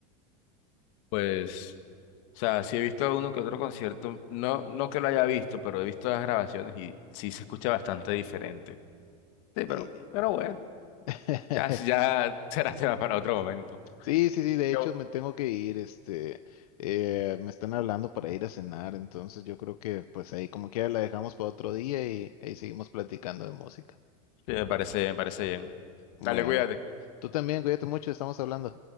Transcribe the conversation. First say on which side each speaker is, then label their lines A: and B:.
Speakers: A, on the left; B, on the left.
A: Pues O sea, sí he visto uno que otro concierto, no, no que lo haya visto, pero he visto las grabaciones y sí se escucha bastante diferente. Sí, pero,
B: Y-
A: pero bueno,
B: <laughs>
A: ya, ya <laughs> será tema para otro momento.
B: Sí, sí, sí, de
A: Yo-
B: hecho me tengo que ir, este, eh, me están hablando para ir a cenar, entonces yo creo que pues ahí como quiera la dejamos para otro día y ahí seguimos platicando de música.
A: Sí, me parece, me parece bien.
B: Bueno,
A: Dale, cuídate.
B: tú también, cuídate mucho, estamos hablando.